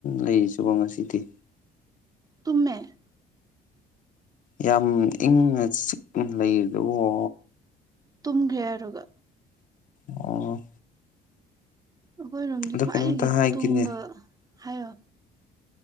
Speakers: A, on the left (about 50°); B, on the right (about 20°).
A: ꯂꯩꯔꯤꯁꯤꯕꯣ ꯉꯁꯤꯗꯤ
B: ꯇꯨꯝꯃꯦ
A: ꯌꯥꯝ ꯏꯪꯅ ꯆꯤꯛꯅ ꯂꯩꯔꯤꯗꯨꯕꯣ
B: ꯇꯨꯝꯈ꯭ꯔꯦ ꯍꯥꯏꯔꯒ
A: ꯑꯣ
B: ꯑꯈꯣꯏ ꯔꯣꯝꯗꯤ
A: ꯑꯗꯣ
B: ꯈ꯭ꯋꯥꯏꯗꯒꯤ
A: ꯀꯩꯅꯣꯝꯇ ꯍꯥꯏꯒꯦꯅꯦ
B: ꯇꯨꯝꯕ ꯍꯥꯏꯌꯣ